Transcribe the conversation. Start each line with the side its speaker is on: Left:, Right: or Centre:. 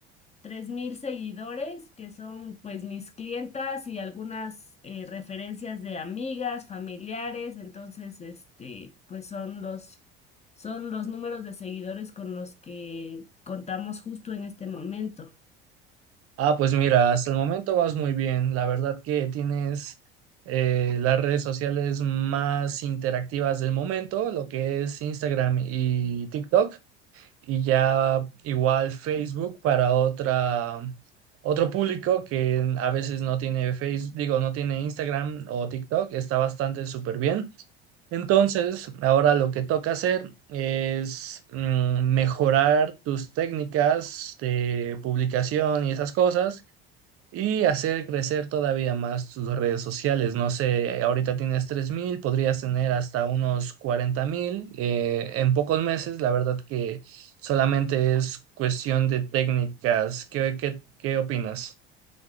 Left: tres mil seguidores, que son pues mis clientas y algunas eh, referencias de amigas, familiares, entonces este, pues son los son los números de seguidores con los que contamos justo en este momento.
Right: Ah, pues mira, hasta el momento vas muy bien. La verdad que tienes eh, las redes sociales más interactivas del momento, lo que es Instagram y TikTok, y ya igual Facebook para otra, otro público que a veces no tiene Facebook, digo, no tiene Instagram o TikTok, está bastante súper bien. Entonces, ahora lo que toca hacer es mm, mejorar tus técnicas de publicación y esas cosas y hacer crecer todavía más tus redes sociales. No sé, ahorita tienes tres mil podrías tener hasta unos 40.000 eh, en pocos meses. La verdad que solamente es cuestión de técnicas. ¿Qué, qué, qué opinas?